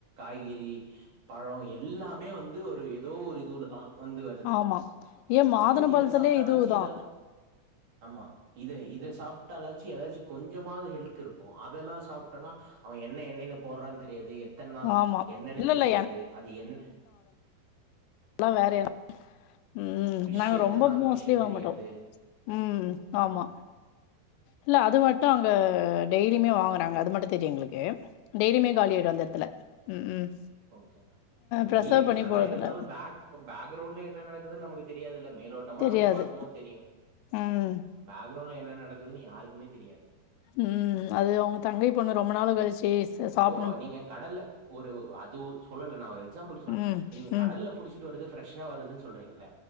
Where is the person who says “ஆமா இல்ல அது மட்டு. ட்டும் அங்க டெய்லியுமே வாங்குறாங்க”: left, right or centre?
Left